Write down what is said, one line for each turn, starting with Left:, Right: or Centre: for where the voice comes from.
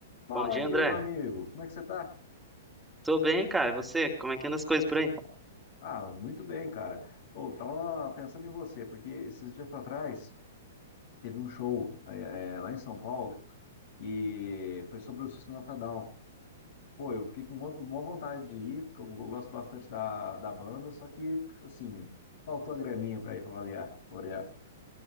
Left: Fala,
Centre: Bom dia,
Left: Igor,
Centre: André.
Left: meu amigo, como é que você tá?
Centre: Tô bem, cara. E você? Como é que anda as coisas por aí?
Left: Ah, muito bem, cara. Ô, tava pensando em você, porque esses dias pra trás teve um show é, é, lá em São Paulo e foi sobre o System of a Down. Pô, eu fiquei com uma uma vontade de ir, porque eu gosto bastante da, da banda, só que, assim, faltou a graninha pra ir pra avaliar, variar.